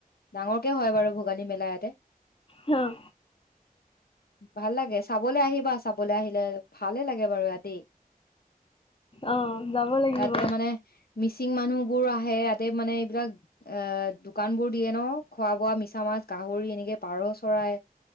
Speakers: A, on the left; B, on the left.
A: ডাঙৰকে হয় বাৰু ভোগালী মেলা ইয়াতে।
B: হ
A: ভাল লাগে, চাবলে আহিবা, চাবলৈ আহিলে, ভালে লাগে। ঘৰ ইয়াতেই।
B: অ যাব লাগিব
A: ইয়াতে মানে মিচিং মানুহবোৰ আহ ইয়াতে মানে এইবিলাক অ দোকান বোৰ দিয়ে ন, খোৱা- বোৱা মিছা মাছ, গাহৰি এনেকে পাৰ চৰাই